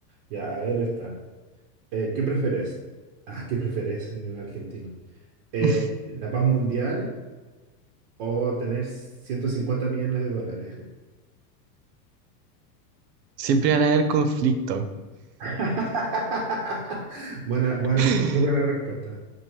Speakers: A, on the right; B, on the right.
A: Ya, a ver, está. ¿qué prefieres? Ah, ¿qué prefieres en el argentino? Eh,
B: <laughs>
A: ¿la paz mundial o tener 150 millones de dólares?
B: Siempre van a haber conflictos.
A: <laughs> Buena, buena,
B: <laughs>
A: pre- buena respuesta.